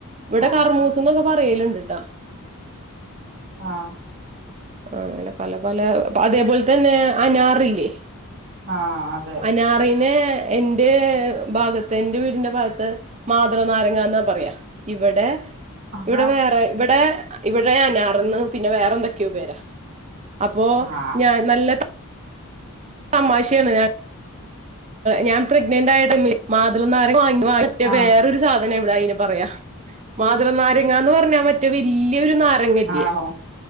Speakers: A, on the right; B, on the right.
A: ഇവിടെ
B: ആഹ്
A: കർമൂസ്ന്നൊക്കെ പറയലുണ്ട്ട്ടാ.
B: ആഹ്.
A: അങ്ങനെ പല പല അതേപോലെ തന്നെ അനാറില്ലേ?
B: ആഹ് അതെ
A: അനാറിനെ എന്റെ ഭാഗത്ത് എന്റെ വീടിന്റെ ഭാഗത്ത് മാതളനാരങ്ങാന്നാ പറയാ. ഇവിടെ
B: ആഹാ
A: ഇവിടെ വേറെ ഇവിടെ ഇവിടെ അനാർന്ന് പിന്നെ വേറെന്തൊക്കെയോ പേരാ. അപ്പോ
B: ആഹ്
A: ഞാൻ നല്ല തമാശയാണ് ഞാൻ ഞാൻ പ്രെഗ്നന്റായ ടൈമില് മാതള നാരങ്ങ വാങ്ങിയ മറ്റേ
B: ആഹ്
A: വേറൊരു സാധനാ ഇവിടെ അയിന് പറയാ. മാതള നാരങ്ങാന്ന് പറഞ്ഞാ മറ്റേ വല്ല്യൊരു നാരങ്ങയില്ലേ.
B: ആണോ